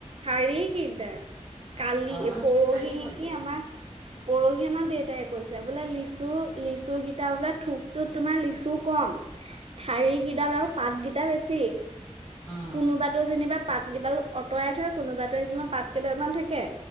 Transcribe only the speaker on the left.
অ মানে
ঠাৰিৰ
সৈতে
উম